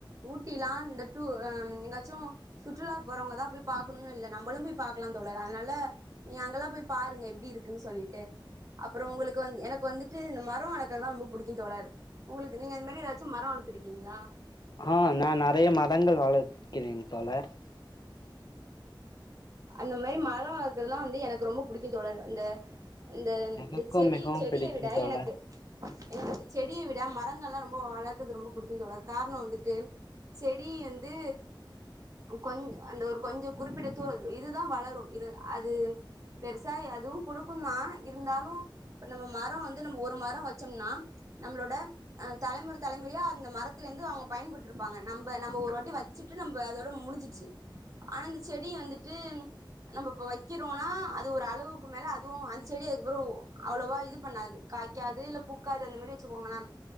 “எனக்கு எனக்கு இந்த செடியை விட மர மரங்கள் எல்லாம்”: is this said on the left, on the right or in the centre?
Right